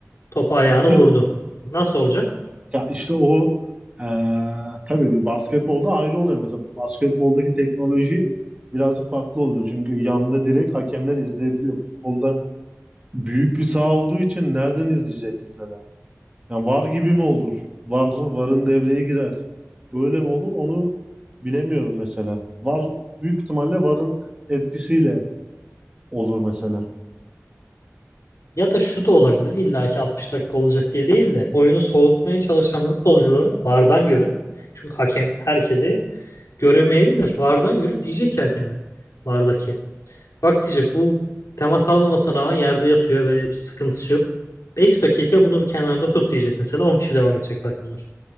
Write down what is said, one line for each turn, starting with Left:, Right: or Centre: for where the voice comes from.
Left: Topu ayağını
Right: Bitti.
Left: vurdu. Nasıl olacak?
Right: Ya işte o eee tabii bir basketbolda ayrı oluyor mesela. Basketboldaki teknoloji birazcık farklı oluyor. Çünkü yanda direkt hakemler izleyebiliyor. Futbolda büyük bir saha olduğu için nereden izleyecek mesela? Yani var gibi mi olur? Var, varın devreye girer. Öyle mi olur? Onu bilemiyorum mesela. Var büyük ihtimalle varın etkisiyle olur mesela.
Left: Ya da şu da olabilir. İlla ki 60 dakika olacak diye değil de oyunu soğutmaya çalışan futbolcuları VAR'dan görüp çünkü hakem herkesi göremeyebilir. VAR'dan görüp diyecek ki hakeme VAR'daki. Bak diyecek bu temas almamasına rağmen yerde yatıyor ve bir sıkıntısı yok. 5 dakika bunu bir kenarda tut diyecek mesela 10 kişi devam edecek takımlar.